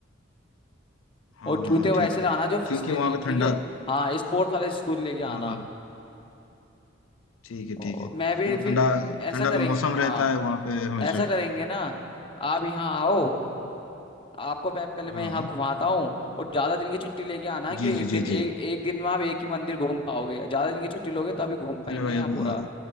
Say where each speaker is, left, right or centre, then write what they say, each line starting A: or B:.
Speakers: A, on the left (about 85°); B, on the left (about 25°).
A: हाँ
B: और जूते
A: हाँ हाँ
B: वैसे
A: ठीक है
B: लाना जो
A: क्योंकि
B: फिसले
A: वहां
B: नहीं
A: पे
B: ठीक
A: ठंडा
B: है हाँ स्पोर्ट्स वाले शूज लेके
A: हाँ
B: आना
A: हाँ ठीक है
B: और
A: ठीक है
B: मैं भी
A: मतलब
B: फिर
A: ठंडा
B: ऐसा
A: ठंडा
B: करेंगे
A: का मौसम
B: हाँ
A: रहता है वहां पे हमेशा
B: ऐसा करेंगे ना आप यहाँ आओ आपको पह- पहले मैं
A: हाँ
B: यहाँ
A: हाँ
B: घुमाता हूँ और ज्यादा दिन की छुट्टी लेके आना क्यों
A: जी
B: एक
A: जी
B: दिन
A: जी
B: एक
A: जी
B: एक दिन में आप एक ही मंदिर घूम पाओगे ज्यादा दिन की छुट्टी लोगे तभी घूम पाएंगे
A: अरे भाई
B: यहाँ
A: म-
B: पूरा